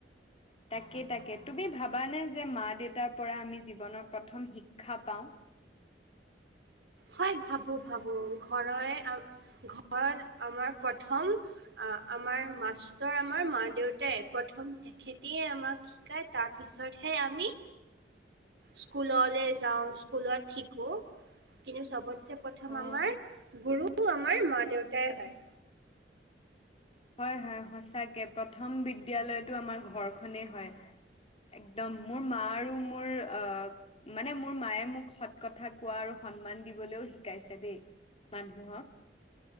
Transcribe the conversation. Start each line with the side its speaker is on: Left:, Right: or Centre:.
Left: তাকে-তাকে, তুমি ভাবানে যে মা দেউতাৰ পৰা আমি জীৱনৰ প্ৰথম শিক্ষা পাওঁ?
Right: হয়, ভাৱোঁ-ভাৱোঁ ঘৰ ঘৰত আমাৰ প্ৰথম আহ আমাৰ মাষ্টৰ আমাৰ মা দেউতাই প্ৰথম তেখেতিয়ে আমাক শাই তাৰ পিছতহে আমি স্কুললৈ যাওঁ, স্কুলত শিকোঁ। কিন্তু চবতছে প্ৰথম
Left: অ
Right: আমাৰ গুৰু আমাৰ মা দেউতাই হয়।
Left: হয়-হয় সচাকে, প্ৰথম বিদ্যয়ালয়টো আমাৰ ঘৰখনে হয়। একদম, মোৰ মা আৰু মোৰ অ মানে মোৰ মায়ে মোক সৎ কথা কোৱা আৰু সন্মান দিবলৈও শিকাইছে দে। মানুহক